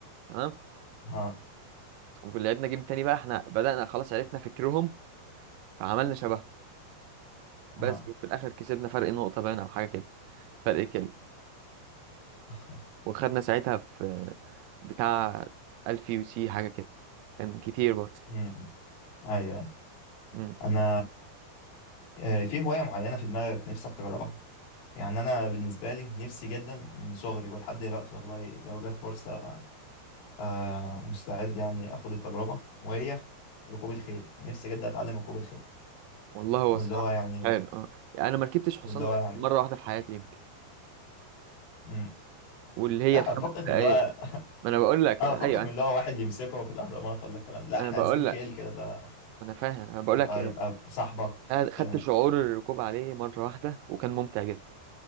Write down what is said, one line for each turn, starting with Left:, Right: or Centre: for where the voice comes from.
Right: تمام
Left: ها
Right: ولعبنا جيم تاني بقى احنا بدأنا خلاص عرفنا فكرهم فعملنا شبههم بس
Left: ها
Right: وفي الآخر كسبنا فرق نقطة باين أو حاجة كده فرق كده
Left: <laughs>
Right: وخدنا ساعتها في بتاع ألف يو سي حاجة كده كان كتير برضه
Left: امم ايوه
Right: مم.
Left: انا آه، في هواية معينة في دماغك نفسك تجربها يعني أنا بالنسبة لي نفسي جدا من صغري ولحد دلوقتي والله لو جت فرصة آه، مستعد يعني أخد التجربة وهي ركوب الخيل نفسي جدا أتعلم ركوب الخيل
Right: والله هو
Left: واللي
Right: الصراحة
Left: هو يعني
Right: حلو اه أنا ما ركبتش حصان
Left: واللي هو
Right: غير
Left: يعني
Right: مرة واحدة في حياتي يمكن
Left: مم.
Right: واللي هي
Left: لا
Right: الخمس
Left: فكك من
Right: دقايق
Left: اللي هو
Right: ما أنا بقول لك
Left: اه
Right: أيوه
Left: فكك
Right: أيوة.
Left: من اللي هو واحد يمسكه في الأهرامات ولا الكلام لا
Right: أنا
Left: احنا
Right: بقول
Left: عايزين خيل
Right: لك
Left: كده لا
Right: أنا فاهم أنا بقول
Left: يبقى
Right: لك
Left: يبقى صاحبك
Right: خدت
Left: كده
Right: شعور الركوب عليه مرة واحدة وكان ممتع جدا